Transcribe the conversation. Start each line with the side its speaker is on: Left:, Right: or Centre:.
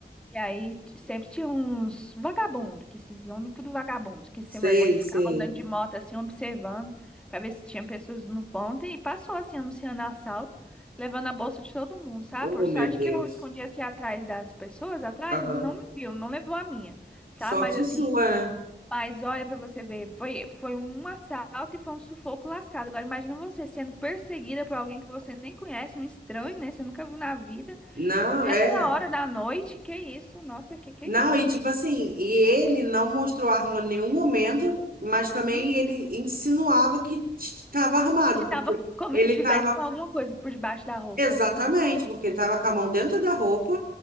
Centre: E aí t- sempre tinha uns vagabundos, que esses homens tudo vagabundos, que sem
Right: Sei,
Centre: vergonha, que
Right: sei.
Centre: ficavam andando de moto assim, observando, pra ver se tinha pessoas no ponto, e passou assim, anunciando assalto, levando a bolsa de todo mundo, sabe?
Right: Oh,
Centre: Por
Right: meu
Centre: sorte
Right: Deus.
Centre: que eu escondi assim atrás das pessoas, atrás,
Right: Aham.
Centre: não me viu, não levou a minha,
Right: Sorte
Centre: sabe? Mas assim,
Right: sua, né?
Centre: mas olha pra você ver, foi, foi um assalto e foi um sufoco lascado. Agora imagina você sendo perseguida por alguém que você nem conhece, um estranho, né? Você nunca viu na vida.
Right: Não,
Centre: Nessa
Right: é.
Centre: hora da noite, que isso? Nossa, que que
Right: Não,
Centre: é isso?
Right: e tipo assim, e ele não mostrou arma em nenhum momento, mas também
Centre: Uhum.
Right: ele insinuava que estava armado,
Centre: Que
Right: porque
Centre: tava como
Right: ele
Centre: se tivesse
Right: estava.
Centre: com alguma coisa por debaixo da roupa,
Right: Exatamente,
Centre: né?
Right: porque ele estava com a mão dentro da roupa,